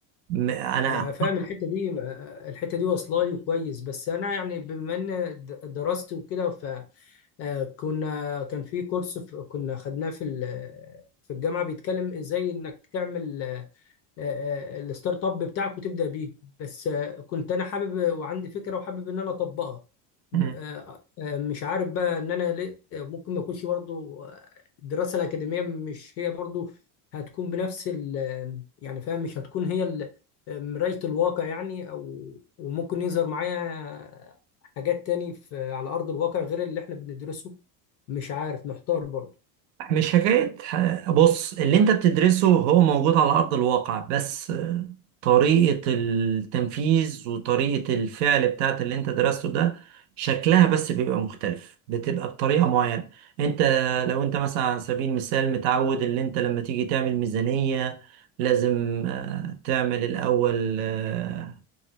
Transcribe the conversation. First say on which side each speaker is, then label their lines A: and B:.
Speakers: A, on the right (about 80°); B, on the left (about 35°).
A: م- انا
B: انا فاهم الحته دي آه، الحته دي واصله لي كويس بس انا يعني بما ان د- درست وكده فكنا كان في كورس ف- كنا خدناه في ال- في الجامعه بيتكلم ازاي انك تعمل آه، آه، آه، الستارت اب بتاعك وتبدا بيه بس آه، كنت انا حابب وعندي فكره وحابب ان انا اطبقها
A: مم.
B: م- آه، آه، مش عارف بقى ان انا ليه- ممكن ما اكونش برضو آه، الدراسه الاكاديميه مش هي برضو هتكون بنفس ال آه، يعني فاهم مش هتكون هي ال- مرايه الواقع يعني او وممكن يظهر معايا حاجات تاني في على ارض الواقع غير اللي احنا بندرسه مش عارف محتار برضو
A: مش حكاية ح- بص اللي انت بتدرسه هو موجود على أرض الواقع بس طريقة التنفيذ وطريقة الفعل بتاعت اللي انت درسته ده شكلها بس بيبقى مختلف بتبقى بطريقة معينة انت لو انت مثلا على سبيل المثال متعود اللي انت لما تيجي تعمل ميزانية لازم آه، تعمل الأول آه،